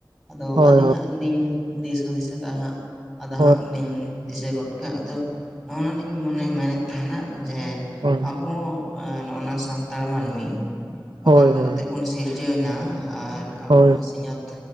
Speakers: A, in the centre; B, on the right.
A: ᱟᱫᱚ
B: ᱦᱳᱭ
A: ᱟᱹᱞᱤᱧ ᱦᱟᱸᱜ ᱞᱤᱧ ᱫᱤᱥ ᱦᱩᱫᱤᱥ ᱟᱠᱟᱫᱼᱟ, ᱦᱟᱸᱜ ᱟᱫᱚ
B: ᱦᱳᱭ
A: ᱦᱟᱸᱜ ᱞᱤᱧ ᱫᱤᱥᱟᱹ ᱜᱚᱫ ᱠᱟᱜ ᱟᱫᱚ ᱱᱚᱜᱼᱱᱟᱞᱤᱧ ᱢᱚᱱᱮ ᱢᱮᱱᱮᱫ ᱛᱟᱦᱮᱱᱟ ᱡᱮ
B: ᱦᱳᱭ
A: ᱟᱵᱚ ᱱᱚᱜ ᱱᱟ ᱥᱟᱱᱛᱟᱲ ᱢᱟᱹᱱᱢᱤ ᱚᱠᱟ
B: ᱦᱳᱭ
A: ᱞᱮᱠᱟ
B: ᱦᱳᱭ
A: ᱠᱟᱛᱮᱜ ᱵᱚᱱ ᱥᱤᱨᱡᱟᱹᱣ ᱱᱟ, ᱟᱨ ᱟᱵᱚᱣᱟᱜ
B: ᱦᱳᱭ
A: ᱱᱚᱣᱟ ᱥᱤᱧᱚᱛ